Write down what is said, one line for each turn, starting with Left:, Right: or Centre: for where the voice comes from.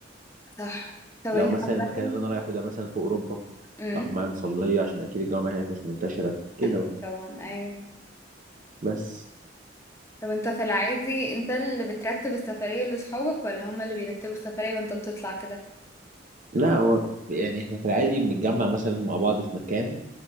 Left: صح طب
Right: لو
Left: انت
Right: مثلا
Left: عامة
Right: المكان اللي انا رايحه ده مثلا في اوروبا
Left: امم
Right: اخد معايا مصليه عشان اكيد الجامعه هناك مش منتشره كده
Left: اكيد
Right: بقى
Left: طبعا ايوه
Right: بس
Left: طب انت في العادي انت اللي بترتب السفرية لصحابك ولا هما اللي بيرتبوا السفرية وانت بتطلع كده
Right: لا هو يعني احنا في العادي بنتجمع مثلا مع بعض في مكان